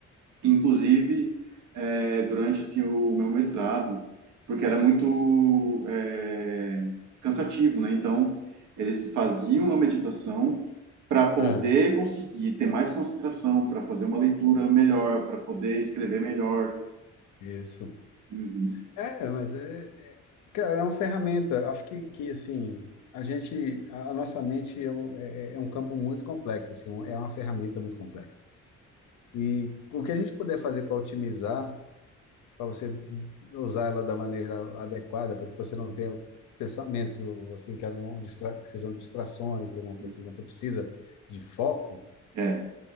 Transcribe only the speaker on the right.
inclusive é, durante assim o meu mestrado, porque era muito é, cansativo, né? Então eles faziam a meditação para poder
conseguir ter mais concentração, para fazer uma leitura melhor, para poder escrever melhor.
Uhum,
uhum.
É,